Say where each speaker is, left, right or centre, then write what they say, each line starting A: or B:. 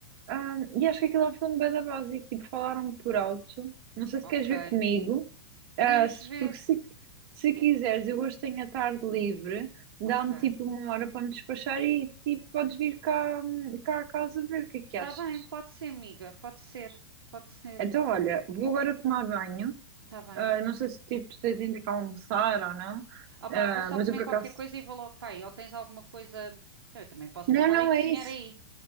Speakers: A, on the right; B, on the right.
A: Ah, e acho que aquilo é um filme bué da básico, tipo, falaram por alto. Não sei se
B: Ok.
A: queres ver comigo,
B: Podemos
A: Ah, se-
B: ver.
A: porque se, se quiseres, eu hoje tenho a tarde livre, dá-me
B: Ok.
A: tipo uma hora para me despachar e tipo, podes vir cá, hum, cá a casa ver o que é que
B: Tá
A: achas.
B: bem, pode ser, amiga. Pode ser. Pode ser.
A: Então, olha, vou agora tomar banho.
B: Tá bem.
A: Ah, não sei se tipo, tu tens ainda que almoçar ou não,
B: Opá,
A: Ah,
B: vou só
A: mas
B: comer
A: eu por
B: qualquer
A: acaso.
B: coisa e vou logo para aí. Ou tens alguma coisa. Eu também posso
A: Não,
B: levar
A: não,
B: e cozinhar
A: é isso.
B: aí.